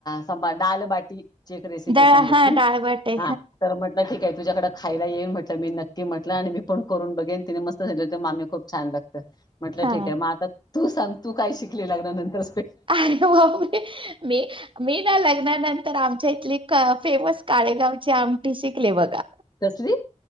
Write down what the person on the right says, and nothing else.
डाळ
हा डाळवाटे
हा
अरे म मी मी मी ना लग्नानंतर आमच्या इथली <unintelligible> फेमस काळेगावची आमटी शिकले बघा.